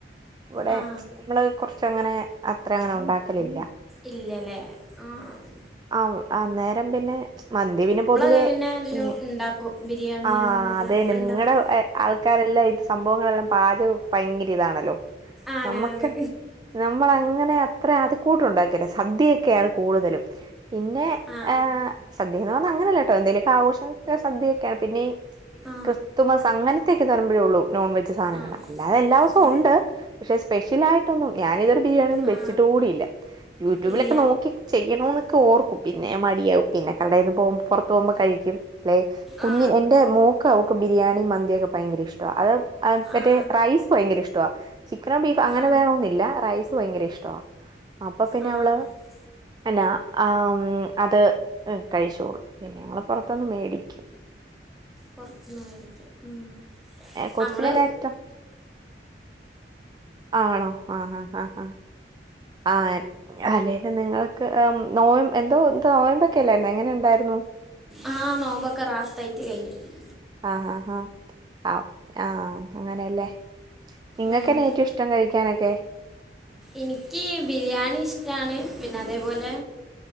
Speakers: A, on the right; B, in the centre.
A: ഇവടെ
B: ആ
A: ഞങ്ങൾ കൊറച്ചങ്ങനെ അത്ര അങ്ങനെ ഉണ്ടാക്കലില്ല.
B: ഇല്ലലേ ആഹ്
A: ആഹ് അന്നേരം പിന്നെ മന്തി പിന്നെ പൊതുവേ
B: പിന്നെ എല്ലാം
A: മേടിക്കും
B: ഉണ്ടാക്കും ബിരിയാണി
A: ആതെന്നെ
B: അങ്ങനെയെല്ലാം ഉണ്ടാക്കും
A: നിങ്ങടെ ഏഹ് ആൾ ആക്കാരെല്ലാം ഇത് സംഭവങ്ങളെല്ലാം പാചകം പയങ്കര ഇതാണല്ലോ.
B: ആണ്
A: നമക്ക്
B: ആണ്
A: നമ്മൾ അങ്ങനെ അത്ര അത് കൂട്ടുണ്ടാക്കില്ല സദ്യൊക്കെയാണ് കൂടുതലും പിന്നെ
B: ആ
A: ഏഹ് സദ്യാന്ന് പറഞ്ഞാ അങ്ങനെയല്ലട്ടോ എന്തേലൊക്കെ ആഘോഷങ്ങൾക്ക് സദ്യൊക്കെയാണ്, പിന്നെ ഈ
B: ആ
A: ക്രിസ്തുമസ്, അങ്ങൻത്തെയൊക്കെ ഇതാമ്പഴേ ഉള്ളൂ നോൺ വെജ് സാനങ്ങള്,
B: ആ
A: അല്ലാതെ എല്ലാ ഊസം
B: ആ
A: ഉണ്ട്, പഷെ സ്പെഷ്യലായിട്ടൊന്നും, ഞാാനിതുവരെ ബിരിയാണിയൊന്ന്
B: ആ
A: വെച്ചിട്ട് കൂടിയില്ല, യൂട്യൂബിലൊക്കെ
B: ഇല്ല
A: നോക്കി ചെയ്യണൊന്നൊക്കെ ഓർക്കും, പി പിന്നെ മടിയാവും, പിന്നെ കടെന്ന് പോം പൊറത്ത് പോവുമ്പോ കഴിക്കും. ല്ലെ കുഞ്ഞി
B: ആ
A: എന്റെ മോക്ക് അവക്ക് ബിരിയാണി മന്തിയൊക്കെ പയങ്കര ഇഷ്ടാ അഹ് അഹ് മറ്റേ
B: ആ
A: റൈസ് ഭയങ്കര ഇഷ്ട്ടവാ ചിക്കനോ ബീഫോ അങ്ങനെ
B: ആ
A: വേണൊന്നില്ല, റൈസ് ഭയങ്കര ഇഷ്ടവാ, അപ്പൊ പിന്നെ
B: ആ ആ
A: അവള് അല്ല ആം അത് കഴിച്ചോളും പിന്നെ ഞങ്ങള് പൊറ ത്ത്ന്ന് വേടിക്കും
B: പൊർത്ത്ന്ന് വേടിക്കും ഉം
A: കൊച്ചിനെന്നാ
B: അമ്മള്
A: ഇഷ്ടം ആണോ ആഹ് ഹാ ഹാ ഹാ ആ അല്ലേലും നിങ്ങളൊക്കെ ഏഹ് നോയ് എന്തോ എന്ത് നൊയമ്പൊക്കെ ല്ലായിരുന്നൊ, എങ്ങനെ ഇണ്ടായിരുന്നു?
B: ആ നോമ്പൊക്കെ <unintelligible>
A: ആഹ് ആഹ് ആഹ് ആവ് ആഹ് അങ്ങനേ ല്ലേ. നിങ്ങൾക്കെന്നാ
B: ഉം.
A: ഏറ്റും ഇഷ്ടം കഴിക്കാനൊക്കെ?
B: എനിക്കീ ബിരിയാണി ഇഷ്ടാണ് പിന്നെ അതേപോലെ